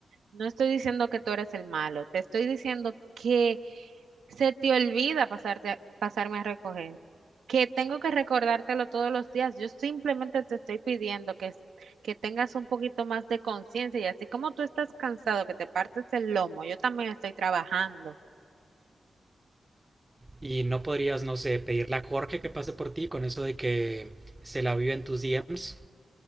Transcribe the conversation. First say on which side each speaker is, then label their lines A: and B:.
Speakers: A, on the right; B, on the right.
A: No estoy diciendo que tú eres el malo, te estoy diciendo que se te olvida pasarte, pasarme a recoger, que tengo que recordártelo todos los días. Yo simplemente te estoy pidiendo que, s- que tengas un poquito más de conciencia y así como tú estás cansado, que te partes el lomo, yo también estoy trabajando.
B: Y no podrías, no sé, pedirle a Jorge que pase por ti con eso de que se la vive en tus DMs.